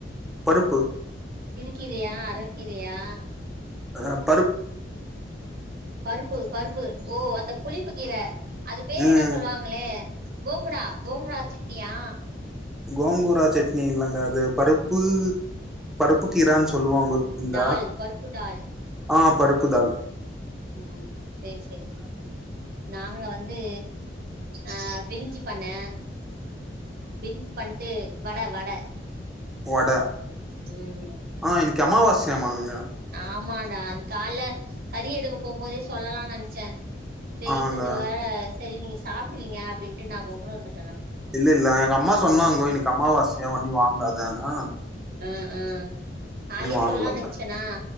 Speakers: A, in the centre; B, on the right.
A: பருப்பு
B: சிறுக்கீரயா அரக்கீரயா
A: அ ஆம்
B: பருப்பு பருப்பு ஓ அந்த புளிப்பு கீர அது பேரு
A: ம்
B: என்னோ சொல்வாங்களே கோங்குடா கோங்குடா சிட்னியா
A: கோங்கூரா சட்னி இல்லங்க அது பருப்பு பருப்பு கீரான்னு சொல்லுவாங்க இங்க
B: டால் பருப்பு டால்
A: ஆ பருப்புதால்
B: உம் செரி செரி நாங்க வ து ஆ பிரிஞ்சு பண்ணெ பிரிஞ்சு பண்ட்டு வட வட
A: வடை
B: ம்
A: ஆ இன்னிக்கு அம்மாவா கே மாங்கா
B: ஆமான்டா நி கால்ல கறி எடுக்க போம்போதே சொல்லலான்னு நென்சே செரி
A: ஆங்க
B: கொஞ்ச வேற செரி நீங்க சாப்ட்டுவிங்க அப்டின்ட்டு நா கொம்முனு இருந்து
A: இல்லில்ல எங்க அம்மா சொன்னாங்க இன்னிக்கு அம்மாவாசையா ஒன்னுயு வாங்காதனா
B: ஆ ஆ கால்யே
A: வாங்கலங்க
B: சொல்லான்னு நென்ச்சனா